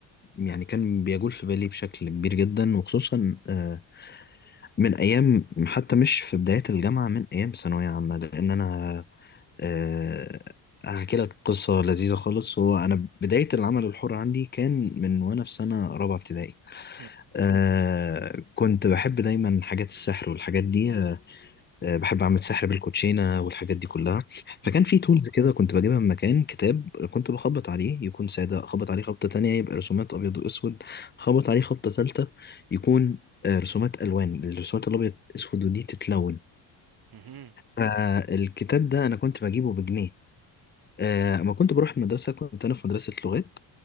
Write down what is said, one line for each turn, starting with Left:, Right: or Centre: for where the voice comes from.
Left: يعني كان بيجول في بالي بشكل كبير جدا وخصوصا آه من أيام حتى مش في بداية الجامعة من أيام ثانوية عامة لأن أنا آه هحكي لك قصة لذيذة خالص هو أنا بداية العمل الحر عندي كان من وأنا في سنة رابعة ابتدائي
Right: مم،
Left: آه كنت بحب دايما حاجات السحر والحاجات دي آه، بحب اعمل سحر بالكوتشينه والحاجات دي كلها
Right: مم،
Left: فكان في تولز كده كنت بجيبها من مكان كتاب كنت بخبط عليه يكون ساده اخبط عليه خبطه تانية يبقى رسومات ابيض واسود اخبط عليه خبطه ثالثه يكون آه، رسومات الوان الرسومات الابيض اسود ودي تتلون
Right: مم،
Left: فالكتاب ده انا كنت بجيبه بجنيه آه، اما كنت بروح المدرسة كنت أنا في مدرسة لغات